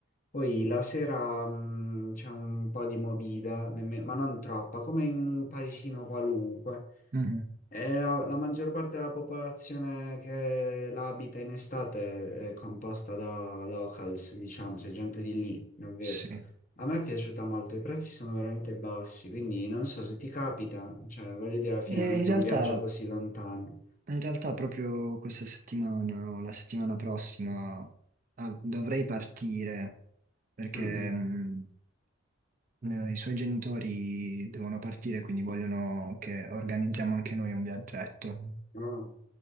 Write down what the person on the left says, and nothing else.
Poi la sera mh, c'è un po' di movida, nemm- ma non troppa, come in un paesino qualunque.
E la, la maggior parte della popolazione che la abita in estate è composta da locals, diciamo, c'è gente di lì, davvero.
A me è piaciuta molto, i prezzi sono veramente bassi, quindi non so se ti capita, cioè voglio dire, alla fine
non è che
è un viaggio così lontano.
Mm, mm.
No.